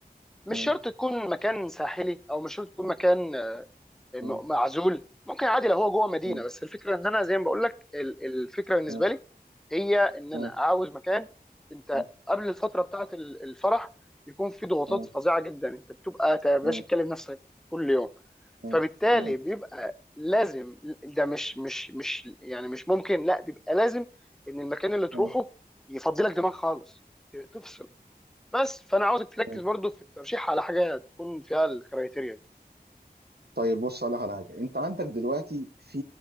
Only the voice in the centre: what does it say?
مش
شرط تكون مكان ساحلي او مش شرط تكون مكان آه، م-
معزول ممكن عادي لو هو جوه مدينه
بس الفكره ان انا زي ما بقول لك ال- الفكره بالنسبه
لي هي ان
انا
عاوز مكان انت
قبل الفتره بتاعه ال- الفرح يكون في ضغوطات
فظيعه جدا انت بتبقى يا باشا
تكلم نفسك كل يوم
فبالتالي
بيبقى لازم ده مش مش مش يعني مش ممكن لا بيبقى لازم ان المكان اللي تروحه
يفضلك دماغ خالص تفصل بس فانا عاوزك تركز
برضو في الترشيح على حاجه تكون فيها الكرايتيريا دي